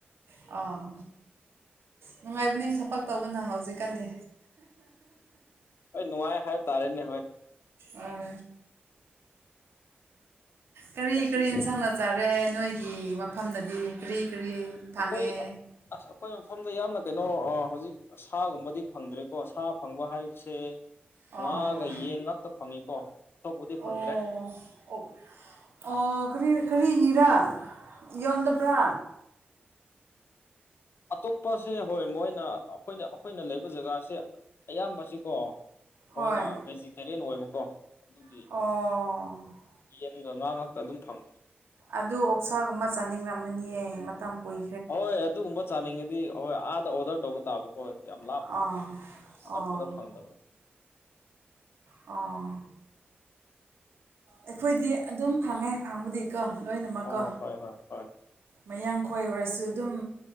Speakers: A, on the right; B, on the left.
A: ꯑꯥ ꯅꯨꯡꯉꯥꯏꯕꯅꯦ ꯊꯕꯛ ꯇꯧꯕꯅ ꯍꯧꯖꯤꯛꯀꯥꯟꯗꯤ
B: ꯍꫭꯏ ꯅꯨꯡꯉꯥꯏ ꯍꯥꯏꯕ ꯇꯥꯔꯦꯅꯦ ꯍꯣꯏ
A: ꯑꯣ ꯀꯔꯤ
B: ꯉꯁꯤꯁꯤ
A: ꯀꯔꯤ ꯏꯟꯁꯥꯟ ꯆꯔꯦ ꯅꯣꯏꯒꯤ ꯃꯐꯝꯗꯗꯤ ꯀꯔꯤ ꯀꯔꯤ ꯐꯪꯉꯦ
B: ꯑꯩꯈꯣꯏ ꯑꯁ ꯑꯩꯈꯣꯏ ꯃꯐꯝꯗꫭ ꯌꯥꯝꯅ ꯀꯩꯅꯣ ꯍꯧꯖꯤꯛ ꯁꯥꯒꯨꯝꯕꯗꯤ ꯐꯪꯗ꯭ꯔꯦꯀꯣ ꯁꯥ ꯐꯪꯕ ꯍꯥꯏꯕꯁꯦ
A: ꯑꯣ
B: ꯉꯥꯒ ꯌꯦꯟ ꯉꯥꯛꯇ ꯐꯪꯉꯤꯀꯣ ꯑꯇꯣꯞꯄꯗꯤ ꯐꯪꯗ꯭ꯔꯦ
A: ꯑꯣ ꯑꯣꯔꯤ ꯀꯔꯤꯒꯤꯔꯥ ꯌꯣꯟꯗꯕ꯭ꯔꯥ
B: ꯑꯇꯣꯞꯄꯁꯦ ꯍꯣꯏ ꯃꯣꯏꯅ ꯑꯩꯈꯣꯏꯅ ꯑꯩꯈꯣꯏꯅ ꯂꯩꯕ ꯖꯒꯥꯁꯦ ꯑꯌꯥꯝꯕꯁꯤꯀꯣ
A: ꯍꯣꯏ
B: ꯃꯣꯏꯅ ꯚꯦꯖꯤꯇꯦꯔꯤꯌꯟ ꯑꯣꯏꯕꯀꯣ ꯑꯗꯨꯒꯤ
A: ꯑꯣ
B: ꯌꯦꯟꯒ ꯉꯥ ꯉꯥꯛꯇ ꯑꯗꯨꯝ ꯐꯪꯕꯅꯤ
A: ꯑꯗꯨ ꯑꯣꯛꯁꯥꯒꯨꯝꯕ ꯆꯥꯅꯤꯡꯔꯝꯒꯅꯤꯌꯦ ꯃꯇꯝ ꯀꯨꯏ
B: ꯍꯣꯏ ꯑꯗꯨꯒꯨꯝꯕ ꯆꯥꯅꯤꯡꯉꯤꯗꯤ ꯍꯣꯏ ꯑꯥꯗ ꯑꯣꯔꯗꯔ ꯇꯧꯕ ꯇꯥꯕꯀꯣꯣꯏ ꯌꯥꯝ ꯂꯥꯞꯅ
A: ꯑꯥ
B: ꯑꯅꯛꯄꯗ
A: ꯑꯣ
B: ꯐꯪꯗꯕ
A: ꯑꯣ ꯑꯩꯈꯣꯏꯗꯤ ꯑꯗꯨꯝ ꯐꯪꯉꯦ ꯐꯪꯕꯨꯗꯤꯀꯣ ꯂꯣꯏꯅꯃꯛꯀꯣ
B: ꯑꯣ ꯍꯣꯏ ꯍꯣꯏ ꯍꯣꯏ
A: ꯃꯌꯥꯡꯈꯣꯏ ꯑꯣꯏꯔꯁꯨ ꯑꯗꯨꯝ